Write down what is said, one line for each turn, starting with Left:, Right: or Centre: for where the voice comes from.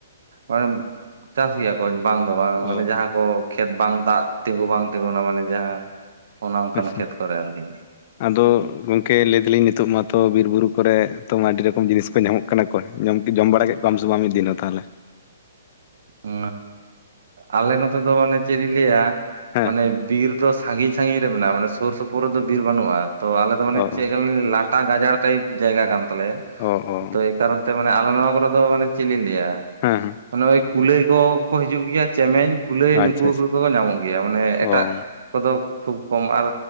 Right: ᱚᱼᱼ ᱪᱟᱥ ᱜᱮᱭᱟ ᱠᱚ ᱵᱟᱝ ᱫᱚ ᱵᱟᱝ ᱢᱟᱱᱮ
Left: ᱚ
Right: ᱡᱟᱦᱟᱸ ᱠᱚ ᱠᱷᱮᱛ ᱵᱟᱝ ᱫᱟᱜ ᱛᱤᱸᱜᱩ ᱵᱟᱝ ᱛᱤᱸᱜᱩ ᱱᱟ ᱢᱟᱱᱮ ᱡᱟᱦᱟᱸᱼᱼ ᱚᱱᱮ ᱚᱱᱠᱟᱱ
Left: ᱟᱪᱪᱷᱟ
Right: ᱠᱷᱮᱛ ᱠᱚᱨᱮ ᱟᱨᱠᱤ᱾
Left: ᱟᱫᱚ ᱜᱚᱝᱼᱠᱮ ᱞᱟᱹᱭ ᱫᱟᱞᱤᱧ ᱱᱤᱛᱚᱜ ᱢᱟᱛᱚ ᱵᱤᱨ ᱵᱩᱨᱩ ᱠᱚ ᱨᱮ ᱛᱚᱢ ᱟᱹᱰᱤ ᱨᱚᱠᱚᱢ ᱡᱤᱱᱤᱥᱼᱼ ᱧᱟᱢᱚᱜ ᱠᱟᱱᱟ ᱠᱚ ᱡᱚᱢ ᱡᱚᱢ ᱵᱟᱲᱟ ᱠᱮᱫ ᱠᱚᱣᱟᱢ ᱥᱮ ᱵᱟᱝ ᱢᱤᱫ ᱫᱤᱱ ᱦᱚᱸ ᱛᱟᱦᱚᱞᱮ?
Right: ᱮ ᱟᱞᱮ ᱱᱚᱛᱮ ᱫᱚ ᱢᱟᱱᱮ ᱪᱮᱫ ᱤᱧ ᱞᱟᱹᱭᱟ
Left: ᱦᱮᱸ
Right: ᱢᱟᱱᱮᱼᱼ ᱵᱤᱨ ᱫᱚ ᱥᱟᱺᱜᱤᱧ ᱥᱟᱺᱜᱤᱧ ᱨᱮ ᱢᱮᱱᱟᱜᱼᱟ ᱢᱟᱱᱮ ᱥᱩᱨ ᱥᱩᱯᱩᱨ ᱨᱮᱫᱚ ᱵᱤᱨ ᱵᱟᱹᱱᱩᱜᱼᱟ ᱛᱚ ᱟᱞᱮ ᱫᱚ ᱢᱟᱱᱮ
Left: ᱚ
Right: ᱪᱮᱫ ᱠᱟ ᱞᱮ ᱞᱟᱴᱼᱼ ᱴᱟ ᱜᱟᱡᱟᱲ ᱴᱟᱭᱤᱯ ᱡᱟᱭᱜᱟ ᱠᱟᱱ ᱛᱟᱞᱮᱭᱟ
Left: ᱚ ᱚ
Right: ᱛᱚ ᱮ ᱠᱟᱨᱚᱱᱼᱼ ᱛᱚ ᱢᱟᱱᱮ ᱟᱞᱚ ᱱᱚᱣᱟ ᱠᱚᱨᱮ ᱫᱚ ᱢᱟᱱᱮ ᱪᱮᱫ ᱞᱤᱧ ᱞᱮᱭᱟ᱾
Left: ᱦᱚᱸ ᱦᱚᱸ
Right: ᱚᱱᱮ ᱭ ᱠᱩᱞᱟᱹᱭ ᱠᱚᱠᱚ ᱦᱤᱡᱩᱜ ᱜᱮᱭᱟ ᱪᱮᱢᱮᱧᱼᱼ ᱠᱩᱞᱟᱹᱭ
Left: ᱟᱪᱪᱷᱟ
Right: ᱠᱩᱠᱩ
Left: ᱟᱪᱪᱷᱟ
Right: ᱠᱚᱜᱮ ᱧᱟᱢᱚᱜ ᱜᱮᱭᱟ ᱢᱟᱱᱮ ᱮᱴᱟᱜᱼᱼ
Left: ᱚ
Right: ᱠᱚᱫᱚ ᱠᱷᱩᱵ ᱠᱚᱢ ᱟᱨ